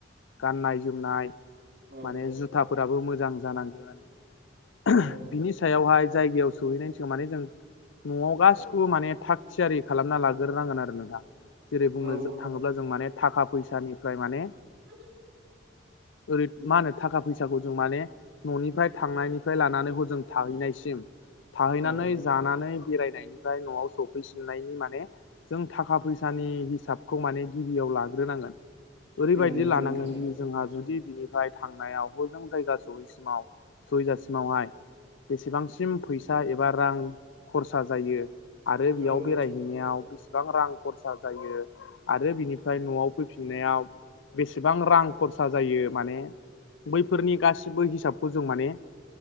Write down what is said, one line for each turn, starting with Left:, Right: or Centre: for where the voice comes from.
Left: गाननाय जोमनाय
Right: औ
Left: माने जुथाफोराबो मोजां जानांगोन
Right: औ
Left: बिनि सायावहाय जायगायाव सहैनायनि सिगां माने जों न'आव गासिखौबो माने थाग थियारि खालामना लाग्रोनांगोन आरो नोंथां जेरै बुंनो
Right: औ
Left: जो थाङोब्ला जों माने थाखा फैसानिफ्राय माने
Right: <inaudible>
Left: ओरै मा होनो थाखा फैसाखौ जों माने न'निफ्राय थांनायनिफ्राय लानानै हजों थाहैनायसिम थाहैनानै
Right: औ औ
Left: जानानै बेरायनायनिफ्राय न'आव सफैसिननायनि मान मे जों थाखा फैसानि हिसाबखौ माने गिबियाव लाग्रोनांगोन ओरैबायदि
Right: औ नंगौ
Left: लानांगोनदि
Right: नोंथां
Left: जोंहा जुदि बिनिफ्राय थांनायाव हजों जायगा सहैसिम माव सहैजासिमावहाय बेसेबांसिम फैसा एबा रां खरसा जायो आरो बेयाव
Right: औ
Left: बेराय नेयाव बेसेबां रां खरसा जायो आरो बिनिफ्राय न'आव फैफिननायाव बेसेबां रां खरसा जायो माने बैफोरनि गासिबो हिसाब ह'जों माने